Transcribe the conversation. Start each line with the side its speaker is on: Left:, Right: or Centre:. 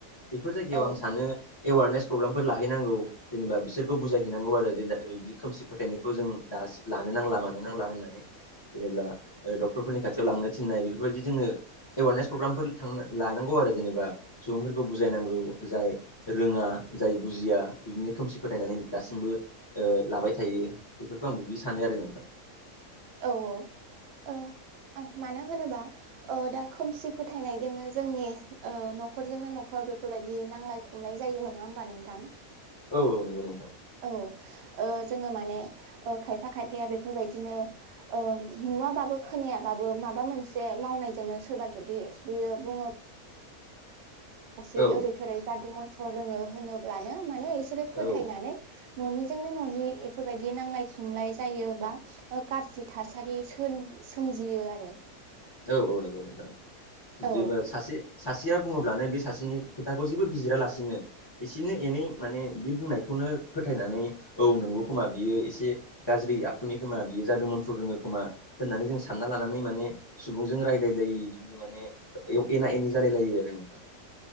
Left: बेफोर जायगायाव
Right: औ
Left: आं सानो एवारनेस प्रग्रामफोर लाहैनांगौ। जेनेबा बिसोरखौ बुजायहैनांगौ आरो जे दा बिदि खोमसि फोथायनायखौ जों दा लानो नांला मानो नांला होननानै जेनेबा डक्टरफोरनि खाथियाव लांनो थिन्नाय बेफोरबायदि जोङो एवारनेस प्रग्रामफोर थां लानांगौ आरो जेनेबा सुबुंफोरखौ बुजायनांगौ जाय रोङा जाय बुजिया बिदिनो खोमसि फोथायनानै दासिमबो लाबाय थायो बेफोरखौ आं बिदि सानो आरो नोंथां
Right: औ औ मानो होनोबा दा खोमसि फोथायनायजोंनो जोंनि न'खरजोंनो न'खर बेफोरबायदि नांलाय हमनाय जायो नङा होमबा नोंथां।
Left: औ औ नंगौ नोंथां
Right: औ जोङो माने खायफा खायफाया बेफोरबायदिनो नुवाबाबो खोनायाबाबो माबा मोनसे मावनायजोंनो सोरबा जुदि बियो बुङो सि
Left: औ
Right: ओरै थोरै जादु मन्थ्र' रोङो होनोब्लानो माने बिसोरो फोथायनानै
Left: औ
Right: न'निजोंनो न'नि बेफोरबायदि नांलाय खमलाय जायोबा- गाज्रि थासारि सोर सोमजियो आरो।
Left: औ औ नंगौ नों
Right: औ
Left: जेबो सासे सासेया बुङोब्लानो बे सासेनि खोथाखौ जेबो बिजिरालासिनो एसेनो एनै माने बे बुंनायखौनो फोथायनानै औ नंगौखोमा बियो एसे गाज्रि आखुनि खोमा बियो जादु मन्थ्र' रोङो खोमा होननानै जों सानना लानानै माने सुबुंजों रायलायलायो बिदिनो मानेयाव एना एनि जालायलायो आरो नोंथां